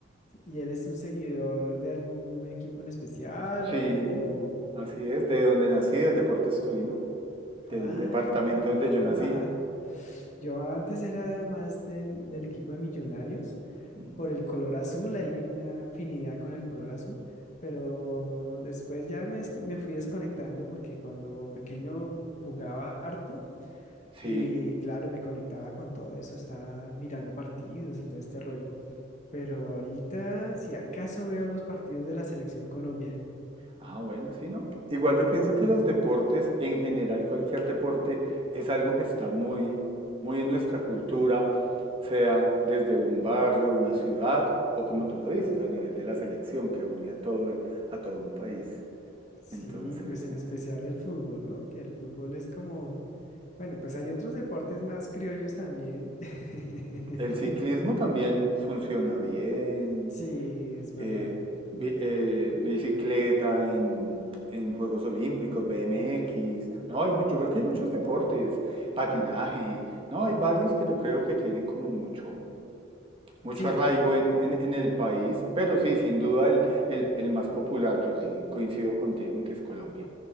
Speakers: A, on the left; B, on the right.
A: ¿Y eres un seguidor de algún equipo en especial?
B: Sí,
A: O, o...
B: así es, de donde nací, del Deportes Tolima, del
A: Ah,
B: departamento
A: caramba.
B: donde yo nací.
A: Yo antes era más del, del equipo de Millonarios
B: Ujú.
A: por el color azul, hay una afinidad con el color azul, pero después ya me, des- me fui desconectando porque cuando pequeño jugaba harto.
B: Sí.
A: Y claro, me conectaba con todo eso, estaba mirando partidos y todo este rollo. Pero ahorita, si acaso veo los partidos de la selección Colombia,
B: Ah, bueno, sí, no. Igual yo pienso que los deportes, en general, cualquier deporte, es algo que está muy, muy en nuestra cultura, sea desde un barrio, una ciudad, o como tú lo dices, a nivel de la selección que une a todo el, a todo un país.
A: sí,
B: Entonces,
A: pues en
B: es-
A: especial el fútbol, ¿no? Que el fútbol es como, bueno, pues hay otros deportes más criollos también. <laughs>
B: el ciclismo también funciona bien.
A: Sí, es verdad.
B: eh, bi-
A: Mm,
B: eh, bicicleta, en, en Juegos Olímpicos, BMX, ¿no? Hay mucho, yo creo que
A: ujú.
B: hay muchos deportes, patinaje, ¿no? Hay varios que yo creo que tienen como mucho, mucho
A: Sí,
B: arraigo
A: que te-
B: en, en, en el país, pero sí, sin duda el, el, el más popular, yo sí coincido contigo en que es Colombia.